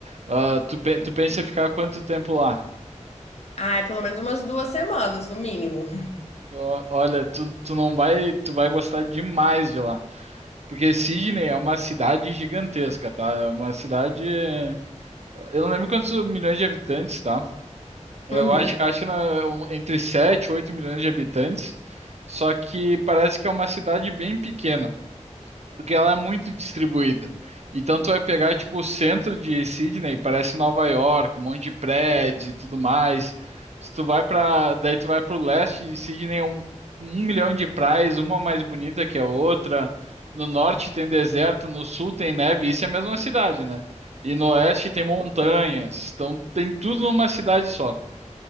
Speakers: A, on the right; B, on the left.
A: Ah, tu, pe- tu pensa em ficar quanto tempo lá?
B: Ai, pelo menos umas duas semanas, no mínimo.
A: Ó, Olha, tu, tu não vai, tu vai gostar demais de lá. Porque Sydney é uma cidade gigantesca, tá? É uma cidade. eh, Eu não lembro quantos milhões de habitantes, tá? Eu
B: Uhum.
A: acho, acho que na- um- entre sete, e 8 milhões de habitantes, só que parece que é uma cidade bem pequena, porque ela é muito distribuída. Então tu vai pegar tipo o centro de Sydney, parece Nova York, um monte de prédios e tudo mais. Se tu vai para, daí tu vai para o leste, e Sydney é um, um milhão de praias, uma mais bonita que a outra. No norte tem deserto, no sul tem neve, isso é a mesma cidade, né? E no oeste tem montanhas, então tem tudo numa cidade só.